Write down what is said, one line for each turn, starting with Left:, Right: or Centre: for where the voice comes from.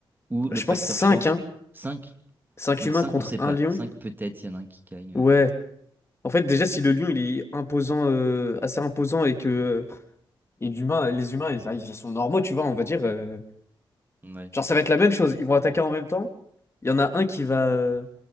Right: Ou le
Left: Je
Right: facteur
Left: pense 5
Right: chance?
Left: hein.
Right: cinq?
Left: cinq
Right: Mode
Left: humains
Right: 5,
Left: contre
Right: on sait
Left: un
Right: pas.
Left: lion.
Right: 5, peut-être, il y en a un qui gagne.
Left: Ouais.
Right: euh.
Left: En fait, déjà, si le lion, il est imposant, euh, assez imposant et que. Et l'humain, les humains, ils, ils sont normaux, tu vois, on va dire. euh,
Right: Ouais.
Left: Genre, ça va être la même chose. Ils vont attaquer en même temps. Il y en a un qui va, euh,